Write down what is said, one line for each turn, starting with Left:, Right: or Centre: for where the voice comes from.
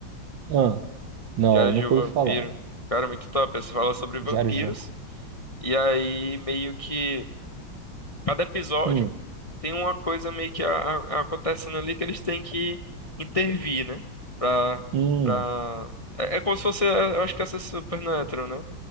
Right: Ah, não,
Left: Diário
Right: nunca
Left: de um Vampiro.
Right: ouvi falar.
Left: Cara, muito top. Essa fala sobre vampiros.
Right: Diário de.
Left: E aí, meio que cada episódio
Right: Hum,
Left: tem uma coisa meio que a- a- acontecendo ali que eles têm que intervir, né? Pra,
Right: hum,
Left: pra... É, é como se fosse, é, eu acho que essa é Supernatural, né?